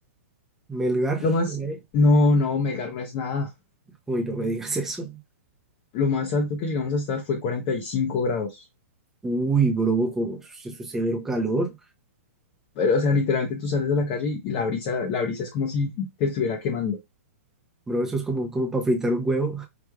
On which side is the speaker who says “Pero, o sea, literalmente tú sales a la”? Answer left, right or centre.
Left